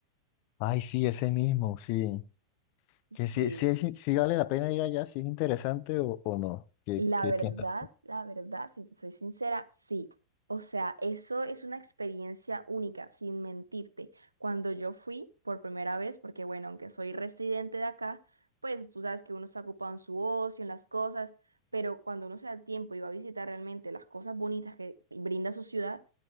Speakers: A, on the left; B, on the right.
A: Ay, sí, ese mismo, sí. Que
B: Sí.
A: sí, sí, es in- sí vale la pena ir allá, si es interesante o, o no. ¿Qué,
B: La
A: qué
B: verdad,
A: piensas?
B: la verdad, si te soy sincera, sí. O sea, eso es una experiencia única, sin mentirte. Cuando yo fui por primera vez, porque bueno, aunque soy residente de acá, pues tú sabes que uno está ocupado en su ocio, en las cosas, pero cuando uno se da tiempo y va a visitar realmente las cosas bonitas que brinda su ciudad,